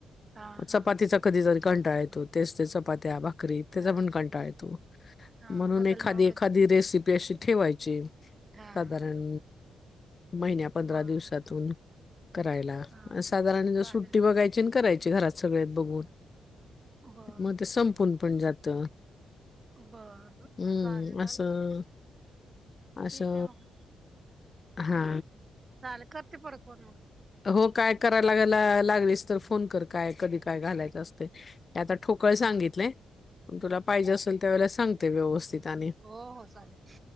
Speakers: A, on the right; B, on the left.
A: हा हा
B: चपातीचा कधीतरी कंटाळ येतो तेच ते चपात्याघ करी त्याचा
A: हा
B: पण कटा य तो
A: हा
B: म्हणून
A: बदल
B: एखादी एखादी
A: कधीतरी
B: रेसिपी अशी ठेवायची
A: हा हा
B: कारण महिन्या पंधरा
A: बर
B: दिवसातून
A: बर
B: करायला
A: हा
B: साधारण ज
A: चालेल
B: सुट्टी
A: चालेल
B: बघायची आणि करायची घरात सगळे आहेत बघून
A: बर
B: मग
A: बर
B: ते संपून पण जात
A: बर बर
B: हम्
A: चालेल चालेल
B: असं असं
A: ठीक आहे मग
B: हा
A: चाल करते परत पण मग
B: हो काय करायला लागला लागलीस तर फोन कर काय कधी काय घालायचं असत आता ठोकळ सांगितले पण तुला पाहिजे असेल त्यावेेळे सांगते व्यवस्थित आणि
A: हो हो चालेल